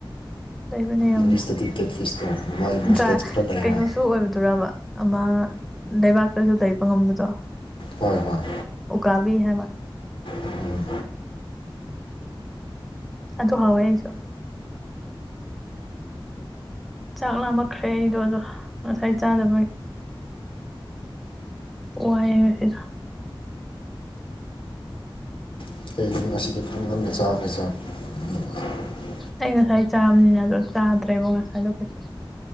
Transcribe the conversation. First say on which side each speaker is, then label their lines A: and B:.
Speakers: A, in the centre; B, on the left.
A: ꯂꯩꯕꯅꯦ ꯌꯥꯝꯅ
B: ꯏꯪꯂꯤꯁꯇꯗꯤ ꯀꯦꯠ ꯐꯤꯁꯇꯣ ꯃꯥꯏ ꯃꯨꯁꯇꯦꯠꯁ
A: ꯗ꯭ꯔꯥꯏ
B: ꯈꯔ ꯂꯩꯅ
A: ꯀꯩꯅꯣꯁꯨ ꯑꯣꯏꯕꯗꯨꯔꯕꯥ ꯑꯃ ꯂꯩꯕꯥꯛꯇꯁꯨ ꯂꯩꯕ ꯉꯝꯕꯗꯣ
B: ꯍꯣꯏ ꯍꯣꯏ
A: ꯎꯀꯥꯕꯤ ꯍꯥꯏꯕ
B: ꯎꯝ
A: ꯑꯗꯣ ꯍꯥꯎꯋꯦ ꯑꯩꯁꯨ ꯆꯥꯛ ꯂꯥꯝꯃꯛꯈ꯭ꯔꯦ ꯑꯩꯗꯣ ꯑꯗꯣ ꯉꯁꯥꯏ ꯆꯥꯗꯕꯒꯤ ꯋꯥꯏꯌꯦ ꯉꯁꯤꯗꯣ
B: <unintelligible>
A: ꯑꯩ ꯉꯁꯥꯏ ꯆꯥꯕꯅꯤꯅꯗꯣ ꯆꯥꯗ꯭ꯔꯦꯕ ꯉꯁꯥꯏꯗꯣ ꯀꯩꯁꯨ